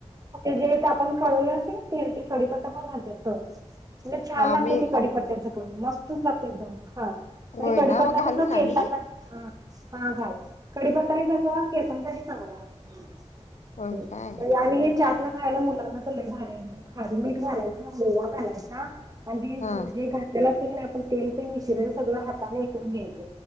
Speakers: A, on the right; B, on the left.
A: आता एक आपण जे कढवलेल तेल असते त्याच्यात कढीपत्ता पण घालतात तळून लय छान
B: मग आम्ही
A: लागते कढीपत्त्याचे पण ते मस्त लागते एकदम
B: होय
A: कढीपत्ता
B: ना मग
A: कस
B: घालू
A: केसाला
B: ना मी
A: हां हां घाल कडीपत्ता हे कस केसांसाठी चांगला आहे
B: होय काय
A: आम्ही ही चारला खायला मुलांना तर लय घालायच आधी मीठ घालायच ओवा घालायचा आणि ते जे.
B: हा
A: - त्याला की नाही आपण तेल ते मिश्रण सगळ हाताने हे करून घ्यायच